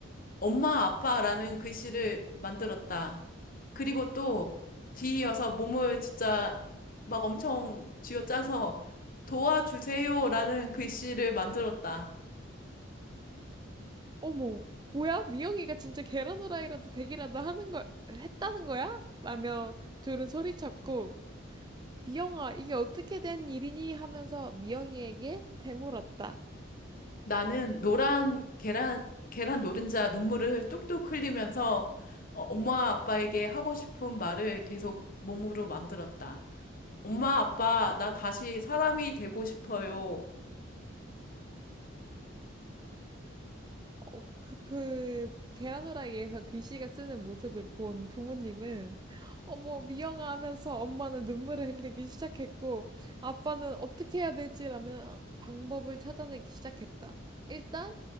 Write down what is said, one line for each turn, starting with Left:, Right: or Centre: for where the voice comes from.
Left: 엄마 아빠라는 글씨를 만들었다. 그리고 또 뒤이어서 몸을 진짜 막 엄청 쥐어짜서 도와주세요라는 글씨를 만들었다.
Right: 어머, 뭐야? 미영이가 진짜 계란 후라이라도 되기라도 하는 걸, 했다는 거야? 라며 둘은 소리쳤고, 미영아, 이게 어떻게 된 일이니? 하면서 미영이에게 되물었다.
Left: 나는 노란 계란 계란 노른자 눈물을 뚝뚝 흘리면서 어, 엄마 아빠에게 하고 싶은 말을 계속 몸으로 만들었다. 엄마 아빠 나 다시 사람이 되고 싶어요.
Right: 어, 그, 그 계란후라이에서 귀씨가 쓰는 모습을 본 부모님은 어머 미영아 하면서 엄마는 눈물을 흘리기 시작했고 아빠는 어떻게 해야 될지라며 방법을 찾아내기 시작했다. 일단